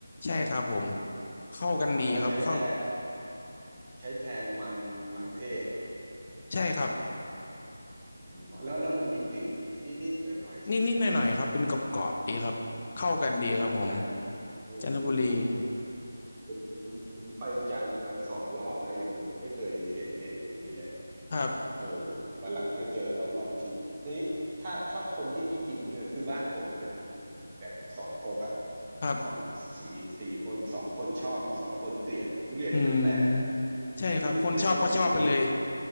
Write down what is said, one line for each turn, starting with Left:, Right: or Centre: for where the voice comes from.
Left: ใช่ครับผมเข้ากันดีครับเข้า
Right: อ๋อแล้วใช้แทนใช้แทนมันมันเทศ
Left: ใช่ครับ
Right: อ๋อแล้วแล้วมันมีกลิ่นมีนิดนิดหน่อยหน่อยๆใช่ไหม
Left: นิดนิดหน่อยหน่อยๆครับเป็นกรอบกรอบดีครับเข้ากันดีครับผม
Right: อ๋อจันทร์เออผมผมผม
Left: จันทบุรี
Right: ผมผมผมไปจันทร์มาสองรอบแล้วยังยังไม่เคยเห็นเมนูนี้เลย
Left: ครับ
Right: เออเดี๋ยววันหลังถ้าเจอต้องลองชิมทีนี้ถ้าถ้าคนที่ไม่กินทุเรียนคือบ้านผมอะนะมันมันแบ่งเป็นสองก๊กอะ
Left: ครับ
Right: สองสี่สี่คนสองคนชอบอีกสองคนเกลียดทุเรียนนี่มันแปลกนะ
Left: อืมใช่ครับคนชอบก็ชอบไปเลย
Right: คือถ้าไม่ชอบคือเกลียด